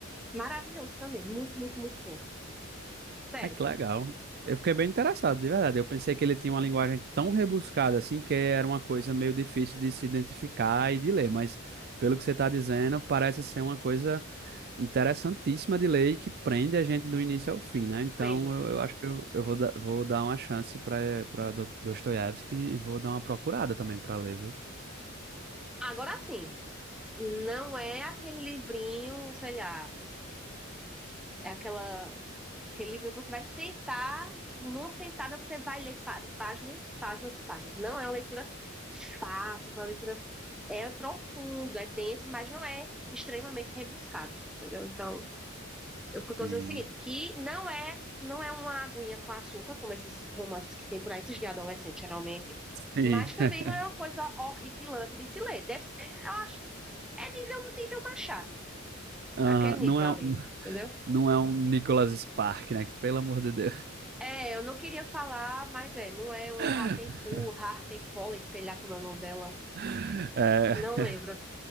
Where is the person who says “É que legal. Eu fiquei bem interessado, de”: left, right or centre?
Right